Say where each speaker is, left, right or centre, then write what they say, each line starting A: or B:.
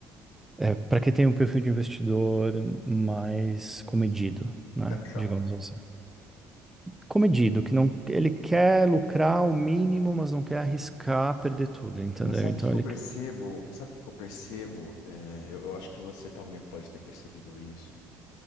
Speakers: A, in the centre; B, on the left (about 85°).
A: É, para quem tem um perfil de investidor mais comedido, né?
B: pé no chão?
A: Digamos assim. Comedido, que não, ele quer lucrar o mínimo, mas não quer arriscar perder tudo, entendeu?
B: Mas sabe
A: Então
B: o que que
A: ele,
B: eu percebo? Sabe o que que eu percebo? É, eu, eu acho que você também pode ter percebido isso,